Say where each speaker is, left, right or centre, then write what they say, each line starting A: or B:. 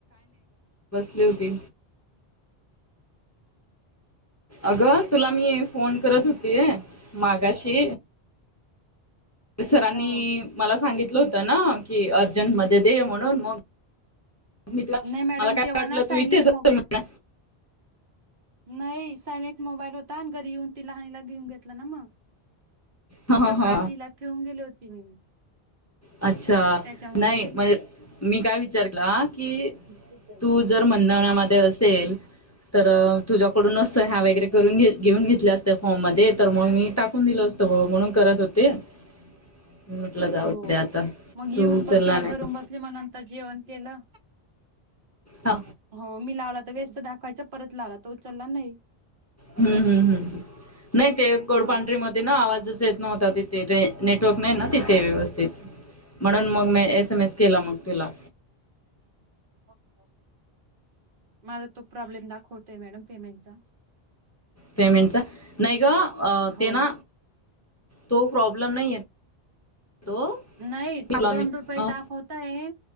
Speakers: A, on the left (about 20°); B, on the right (about 60°).
A: लिवती अगं तुला मी फोन करत होती मागाशी. सरांनी
B: हो
A: मला सांगितलं होत ना की अर्जंटमध् ध्येये म्हणून मग मी तुला
B: नाही मॅडम
A: मला काय
B: तेव्हा
A: वाटलं
B: ना सायलेंट
A: तू इथेच
B: मो
A: <unintelligible> म्हणा.
B: नाही सायलेंट मोबाईल होता आणि घरी येऊन ती लहानीला घेऊन घेतला ना मग.
A: ह
B: सकाळची
A: ह
B: हिला ठेवून गेले होती मी.
A: अच्छा
B: त्याच्यामुळे
A: नाही म्हजे मी काय वि चार केला की
B: हो
A: तू जर मंधन्यामध्ये असेल तर तुझ्याकडूनच सह्या वगैरे करून घ घेऊन घेतल्या असते फॉर्म मध्ये तर मग मी टाकून दिलं असतं ब म्हणून क रत होते म्हटलं जाऊ
B: हो
A: दे आता
B: मग येऊन
A: तू उचलला
B: परत तिला
A: नाही
B: धरून बसले मग नंतर जेवण केलं
A: हा
B: हो मी लावला व्यस्त दाखवायचा परत लावला तो उचलला नाही.
A: हम्म हम्म हम्म नाही
B: व्यस्त
A: ते
B: हा.
A: कोडपांढरी मध्ये ना आवाज येत नव्हता तिथ ते रे नेटवर्क नाही ना तिथे व्यवस्थित म्हणून मग मी एस एम एस केला मग तुला
B: हो ओ. माझा तो प्रॉब्लेम दाखवतोय मॅडम पेमेंटचाच.
A: पेमेंटचा नाही ग अ
B: हो.
A: ते ना तो प्रॉब्लेम नाही तो
B: नाही
A: तुला
B: दोन
A: मी
B: रुपये
A: अ,
B: दाखवतय